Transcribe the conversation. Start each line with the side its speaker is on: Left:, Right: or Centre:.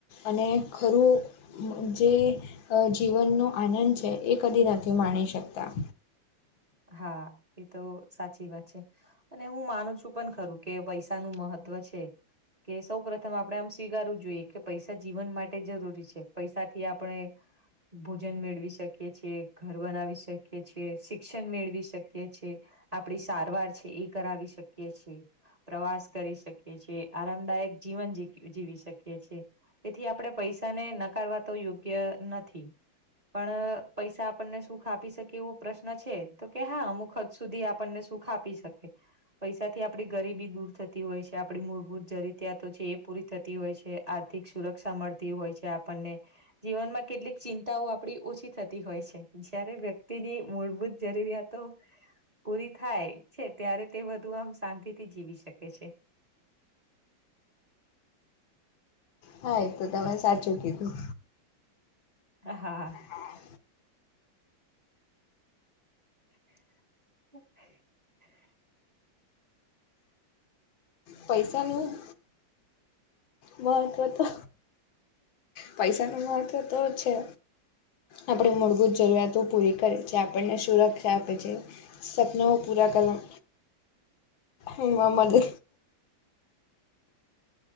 Left: અને ખરું. મ જે જીવનનો આનંદ છે એ કદી નથી માણી શકતા
Right: હા એ તો સાચી વાત છે અને હું માનું છું પણ ખરું કે પૈસા નું મહત્વ છે કે સૌ પ્રથમ આપડે આમ સ્વીકારારવું જોઈએ કે પૈસા જીવન માટે જરૂરી છે પૈસાથી આપણે ભોજન મેળવી શકીએ છીએ ઘર બનાવી શકીએ છીએ શી શિક્ષણ મેળવી શકીએ છીએ આપણી સારવાર છે એ કરાવી શકીએ છીએ. પ્રવાસ કરી શકીએ છીએ આરામદાયક જીવન જી જીવી શકીએ છી તેથી આપણેે પૈસાને નકારવા તો યોગ્ય નથી. પણ અ પૈસા આપણને સુખ આપી શકે એવું પ્રશ્ન ન છે તો કે હા અમુક હદ સુધી આપણને સુખ આપી શકે. પૈસાથી આપડી ગરીબી દૂર થત તી હોય છે આપણી મૂળભૂત જરિતયાતો છે એ પૂરી થતી હોય છે આર્થિક સુરક્ષા મળતી હોય છે આપણને જીવનમાં કેટલીક ચિંતાઓ આપડી ઓછી થતી હોય છે જયારે વ્યક્તિની મૂળ ભૂત જરૂરિયાતો પૂરી થાય છે ત્યારે તે બધુ આમ શાંતિ થી જીવી શકે છે.
Left: હા એ તો તમે સાચું કીધું.
Right: હ હા.
Left: હા.
Right: <inaudible> <inaudible>
Left: પૈસાનું મહત્વ તો પૈસા નુ મહત્વ તો છે. આપણી મૂળભૂત જરૂરિયાતો પૂરી કરે છે આપણને સુરક્ષા આપે છે. સપનાઓ પૂરા કરવા ઊંઘવા મળે.